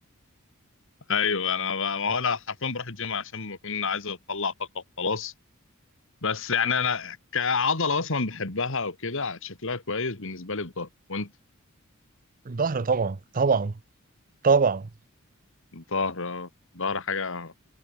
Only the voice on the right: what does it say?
الظهر طبعا طبعا طبعا